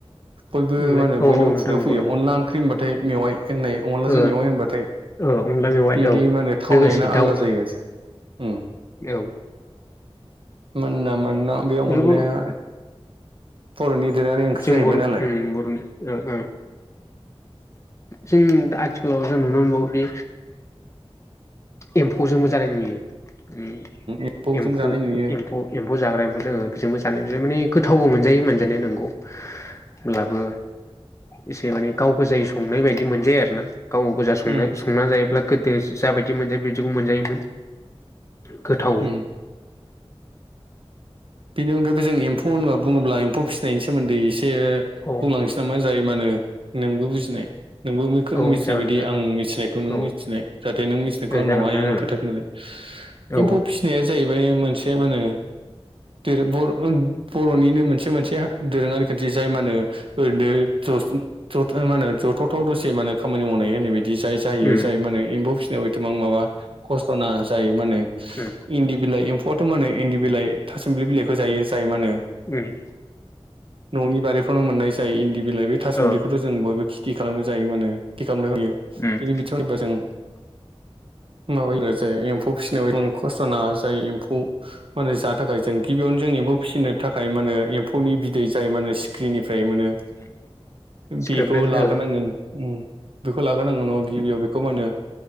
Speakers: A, on the right; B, on the left.
A: बयबो
B: अनलाय
A: मा होनो
B: औ
A: बयनिबो
B: औ नोंथां
A: खुगायाव
B: नंगौ
A: फैयो
B: नंगौ
A: अनला ओंख्रि होनबाथाय। मेवाइ होननाय अन्लाजों
B: ओ
A: मेवाइ होनबाथाय।
B: ओ अनला मेवाइ
A: बेनि
B: औ
A: माने थावनायानो
B: लोगोसे
A: आलदा
B: दाउ
A: जायो उम।
B: औ
A: मोन ना मोनना बे अनलाया
B: बेफोरखौ
A: बर'नि। दोरोङारि ओंख्रि
B: जों
A: जाहैबाय
B: बर' उम
A: नालाय
B: बर'नि ओ औ। जों आथिखालाव जों नुनो मोनबावोदि। एम्फौजोंबो जानाय नुयो उम
A: एम्फौजों
B: एम्फौ-
A: जानाय नुयो
B: एम्फौ एम। जाग्रा एम्फौ जोङो बेजोंबो जानाय माने गोथावबो मोनजायो मोनजानाया नंगौ। होनब्लाबो एसे माने गाव गोजायो संनाय बायदि मोनजायो आरो ना। गाव गोजा संनाय-संना
A: उम
B: जायोब्ला गोदो जाबायदि मोनजायो बिदिखौ मोनजायोमोन। गोथाव।
A: उम बेनि अनगाबो जोंनि एम्फौ होनबा बुङोब्ला एम्फौ फिसिनायनि सोमोन्दै एसे। एयो
B: औ
A: बुंलांनोसै नामा जायो मा होनो नोंबो बुजिनाय। नोंबो
B: औ
A: मिथिनाय
B: जागोन
A: बायदि
B: नोंथां
A: आं मिथिनायखौ नों
B: औ ओ
A: मिथिनाय जाहाते नों मिथिनायखौ आंनावहाय
B: जागोन नोंथां
A: आंनो
B: जागोन
A: खोथा फिनलाय।
B: औ
A: एम्फौ फिसिनाया जाहैबाय मोनसे मा होनो। दोरो बर'-बर'निनो मोनसे मोनसे दोरोङारि खाान्थि जाय मा होनो ओरैनो। <unintelligible> मा होनो जथावथाव दसे माहोनो खामानि मावनाय होननाय बायदि। बि जाय जायो
B: उम
A: जाय मा होनो एम्फौ फिसिनायाव एथबां माबा खस्त' नाङा जायो मा होनो
B: उम
A: इन्दि। बिलाइ एम्फौआथ' मा होनो इन्दि बिलाइ थासुम्लि बिलाइखौ जायो जाय मा होनो।
B: उम
A: न'नि बारिफ्रावनो मोननाय जाय इन्दि बिलाइ बे थासुम्लिखौथ'
B: औ
A: जों बयबो। खेथि खालामनो जाय मा होनो खि खामनो होयो
B: उम
A: बिनि बिथिङाव नायबा जों।
B: <unintelligible>
A: माबायो जाय एम्फौ फिसिनायाव गोबां खस्थ' नाङा जाय एम्फौ मा होनो जा। थाखाय जों गिबियावनो जों एम्फौ फिसिनो थाखाय मा होनो एम्फौनि बिदै जाय मा होनो सिख्रिनिफ्राय मोनो।
B: <unintelligible> सिख्रेबनिफ्राय
A: बेखौ लाग्रोनांगोन
B: औ
A: उम बेखौ लाग्रोनांगोन उनाव गिबियाव बेखौ मा होनो।